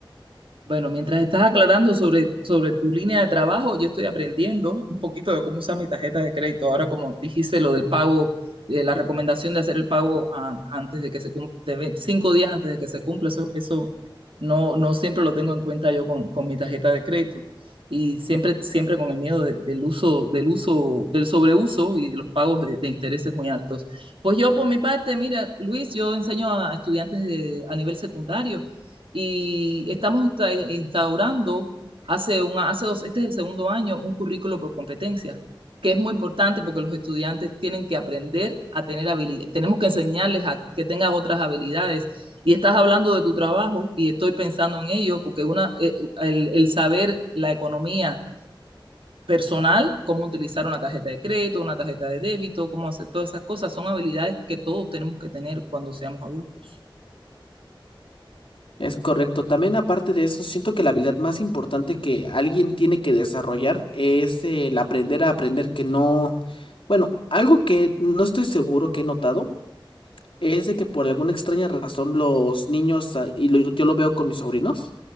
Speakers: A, on the right; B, on the left.
A: Bueno, mientras estás aclarando sobre, sobre tu línea de trabajo, yo estoy aprendiendo un poquito de cómo usar mi tarjeta de crédito. Ahora, como dijiste, lo del pago, de la recomendación de hacer el pago a- antes de que se cumpla, cinco días antes de que se cumpla, eso, eso no, no siempre lo tengo en cuenta yo con, con mi tarjeta de crédito. Y siempre, siempre con el miedo de- del uso, del uso, del sobreuso y de los pagos de, de intereses muy altos. Pues yo, por mi parte, mira, Luis, yo enseño a estudiantes de- a nivel secundario y estamos insta- instaurando hace, una, hace dos, este es el segundo año, un currículo por competencia, que es muy importante porque los estudiantes tienen que aprender a tener habilidades, tenemos que enseñarles a que tengas otras habilidades. Y estás hablando de tu trabajo y estoy pensando en ello porque una, eh, el, el saber la economía personal, cómo utilizar una tarjeta de crédito, una tarjeta de débito, cómo hacer todas esas cosas, son habilidades que todos tenemos que tener cuando seamos adultos.
B: Es correcto. También aparte de eso, siento que la habilidad más importante que alguien tiene que desarrollar es el aprender a aprender que no, bueno, algo que no estoy seguro que he notado es de que por alguna extraña razón los niños, ah, y lo- yo lo veo con mis sobrinos,